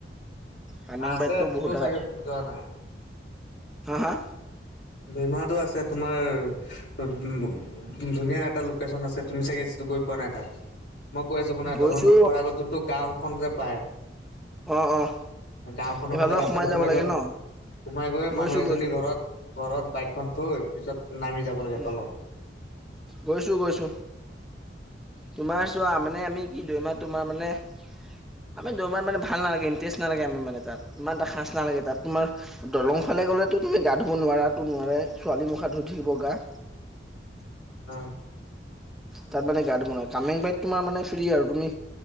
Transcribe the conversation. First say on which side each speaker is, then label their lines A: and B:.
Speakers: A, in the centre; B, on the left (about 70°).
A: কামেংবাৰীতটো
B: আছে তুমিও
A: বহুত
B: চাগে
A: আ,
B: যোৱা নাই
A: হা হা?
B: দৈমাৰাটো আছে তোমাৰ উম, ধুনীয়া এটা লোকেচন আছে তুমি চাগে গৈ পোৱা নাই তাত। মই কৈ আছোঁ শুনা
A: গৈছো
B: দলংটো পোৱাৰ আগত যোনটো গাঁওখন যে পায়।
A: অঁ অহ,
B: গাঁওখনৰ
A: এইফালৰ
B: ফালে
A: পৰা
B: ৰাস্তাটো
A: সোমাই যাব
B: যোৱা
A: লাগে ন
B: সোমাই গৈ মানুহ
A: গৈছো
B: এজনী
A: গৈছো
B: ঘৰত ঘৰত বায়েকখন থৈ পিছত নামি যাব লাগে
A: উ
B: তলত।
A: গৈছো গৈছো। তোমাৰ চোৱা মানে আমি কি দৈমাৰাত তোমাৰ মানে আমি দৈমাৰত মানে ভাল নালাগে ইণ্টেৰেষ্ট নালাগে আমি মানে তাত ইমান এটা খাছ নালাগে তাত তোমাৰ দলং ফালে গ'লেটো তুমি গা ধুব নোৱাৰা তো নোৱাৰাই ছোৱালী মুখ হাত ধুই থাকিব গা।
B: আ,
A: তাত মানে গা <unintelligible> কামেং বাইত তোমাৰ মানে ফ্ৰী আৰু তুমি